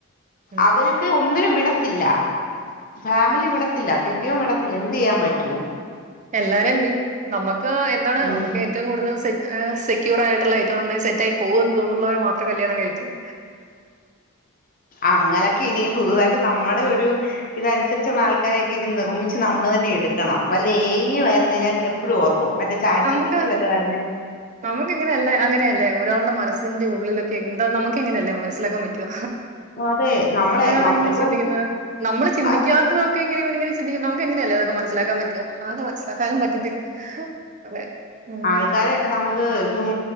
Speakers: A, on the right; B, on the left.
A: ഉം
B: അവർക്ക് ഒന്നിനും വിടത്തില്ല ഫാമിലി വിടത്തില്ല കെട്ടിയോൻ വിടത്തില്ല എന്ത് ചെയ്യാൻ പറ്റൂ
A: എല്ലാരെയും മീൻസ് നമുക്ക് എന്താണ്
B: ഉം
A: നമുക്ക് ഏറ്റവും കൂടുതൽെ ഏഹ സെക്യൂർയിട്ടുള്ള ഐറ്റം നന്നായി സെറ്റ്ായിയി പോക എന്ന് തോന്നുന്നുുള്ളവരെ മാത്രം കല്യാണം കഴിക്കുക
B: അങ്ങനൊക്കെ ഇനി പുതുതായിട്ട് നമ്മുടെ ഒരു ഇതനുസരിച്ചുള്ള ആൾക്കാരെയൊക്കെ ഇനി നിർമ്മിച്ച് നമ്മള് തന്നെ എടുക്കണം വല്ല ഏ വരരുന്നു ഞാൻ എപ്പോഴും ഓർക്കും മറ്റേ ചാറ്റ്
A: നമുക്ക്
B: ജി പി റ്റി വല്ലതും ആയിരുന്നേ
A: നമുക്ക് ഇങ്ങനെയല്ലേ അങ്ങനെയല്ലേ ഒരാളുടെ മനസ്സിന്റെ ഉള്ളിലൊക്കെ എന്താ നമുക്ക് എങ്ങനെയല്ലേ മനസ്സിലാക്കാൻ പറ്റുവ
B: അതെ നമ്മളെ
A: ഒരാള
B: നം
A: എങ്ങനെയാ
B: ഇപ്പം
A: ചിന്തിക്കുന്നത് നമ്മള് ചിന്തിക്കാത്തതൊക്കെ
B: അതെ
A: ഇങ്ങനെങ്ങന ചിന്തിക്ക എങ്ങനെയല്ല നമുക്ക് മനസ്സാക്കാൻ പറ്റോ ആ മനസ്സാക്കാനും പറ്റത്തില്ല അതെ ഉം
B: ആൾക്കാരൊക്കെ നമുക്ക് ഇപ്പം